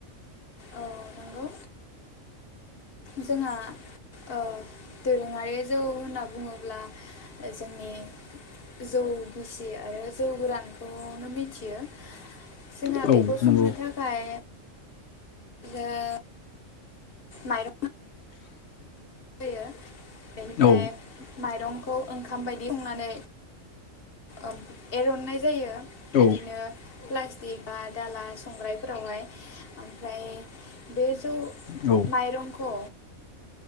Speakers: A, on the left; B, on the left.
A: औ नंगौ जोंहा ओ दोरोङारि जौ होनना बुङोब्ला जोंनि जौ गि सि आरो जौ गोरानखौनो मिथियो। जोंहा
B: औ
A: बेखौ संनो
B: नंगौ
A: थाखाय ओ माइरं होयो बेनिफ्राय
B: औ
A: माइरंखौ ओंखाम बाय संनानै ओ एरननाय जायो
B: औ
A: बिदिनो प्लास्टिक बा दाला संग्रायफोरावहाय ओमफ्राय बे जौ
B: औ
A: माइरंखौ